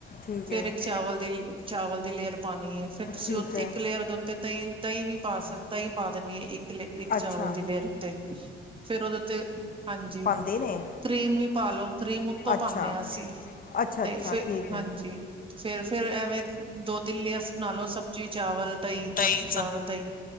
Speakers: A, on the left (about 45°); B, on the right (about 25°).
A: ਠੀਕ
B: ਫੇਰ
A: ਹੈ
B: ਇੱਕ ਚਾਵਲ ਦੀ ਚਾਵਲ ਦੀ ਲੇਅਰ ਪਾਨੀ ਏ ਫਿਰ ਤੁਸੀਂ
A: ਠੀਕ
B: ਔ
A: ਹੈ
B: ਇੱਕ ਲੇਅਰ ਦੇ ਉੱਤੇ ਦਈਂ-ਦਈਂ ਵੀ ਪਾ ਸਕ ਦਈਂ ਪਾ ਦੇਣੀ ਏ ਇੱਕ ਕਲੇ ਇੱਕ ਚਾਵਲ
A: ਅੱਛਾ
B: ਦੀ ਲੇਅਰ ਉੱਤੇ, ਫੇਰ ਓਦੇ ਉੱਤੇ ਹਾਂਜੀ
A: ਦੇ ਨੇ
B: ਕਰੀਮ ਵੀ ਪਾਲੋ, ਕਰੀਮ ਉੱਤੋਂ
A: ਅੱਛਾ
B: ਪਾਨੇ ਆਂ ਅਸੀਂ।
A: ਅੱਛਾ
B: ਤੇ
A: ਅੱਛਾ
B: ਫੇਰ
A: ਠੀਕ
B: ਹਾਂਜੀ
A: ਹੈ
B: ਫੇਰ-ਫੇਰ ਐਵੇਂ ਦੋ ਤਿੰਨ ਲੇਅਰਸ ਬਣਾ ਲੋ ਸਬਜ਼ੀ ਚਾਵਲ ਦਈਂ
A: ਦਹੀਂ
B: ਸਬਜ਼ੀ
A: ਚ
B: ਚਾਵਲ ਦਈਂ,